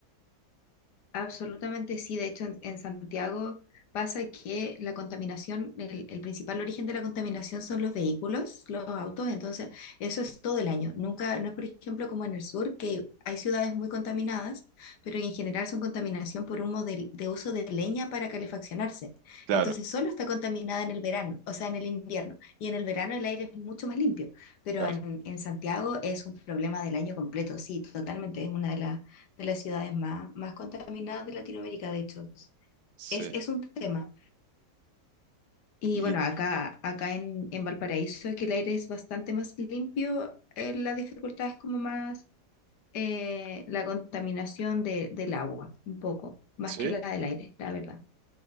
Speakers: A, on the left; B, on the right.
A: Absolutamente sí, de hecho en, en Santiago pasa que la contaminación, el, el principal origen de la contaminación son los vehículos, los autos, entonces eso es todo el año. Nunca, no es por ejemplo como en el sur, que hay ciudades muy contaminadas, pero en general son contaminación por humo de, de uso de leña para calefaccionarse.
B: Claro,
A: Entonces solo está contaminada en el verano, o sea, en el invierno, y en el verano el aire es mucho más limpio, pero
B: claro.
A: en, en Santiago es un problema del año completo, sí, totalmente, es una de las de las ciudades más, más contaminadas de Latinoamérica, de hecho.
B: Sí.
A: Es, es un tema. Y
B: Y,
A: bueno, acá, acá en, en Valparaíso, que el aire es bastante más limpio, eh, la dificultad es como más eh, la contaminación de, del agua, un poco, más
B: ¿sí?
A: que la del aire, la verdad.